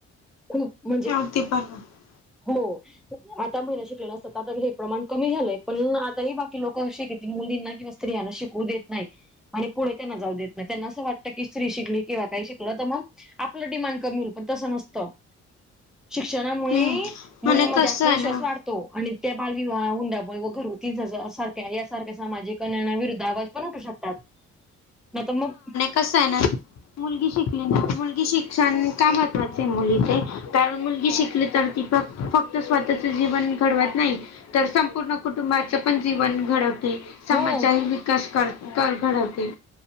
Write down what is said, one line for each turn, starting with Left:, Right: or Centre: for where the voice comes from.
Centre: <unintelligible>
Left: अगदी बरोबर
Centre: हो, आता मुल शिकलेल असत्यात का तर हे प्रमाण कमी झालंय, पण आता ही बघ की लोक शि,, मुलींना किंवा स्त्रियाना शिकू देत नाहीत. आणि पुढे त्यांना जाऊ देत नाही, त्यांना असं वाटतं की स्त्री शिकली किंवा काही शिकलं तर मग. आपलं डिमांड कमी होईल, पण तसं नसतं. शिक्षणामुळे
Left: हम्म
Centre: मुलींमध्ये
Left: आणि कसं
Centre: आत्मविश्वास
Left: आहे ना
Centre: वाढतो, आणि त्या बालविवाह हुंडाबळी व घरगुती जाच. या सारख्या सामाजिक निर्णय विरुद्ध आवाज पण उठू शकतात. नाही तर मग
Left: कस आहे ना. मुलगी शिकली ना, मुलगी शिक्षण का महत्त्वाच आहे मुलीचे, कारण मुलगी शिकली तर ती फक्त स्वतःच जीवन घडवत नाही. तर संपूर्ण कुटुंबाच पण जीवन घडवते. समाजचाही
Centre: हो
Left: विकास कर, कर घडवते.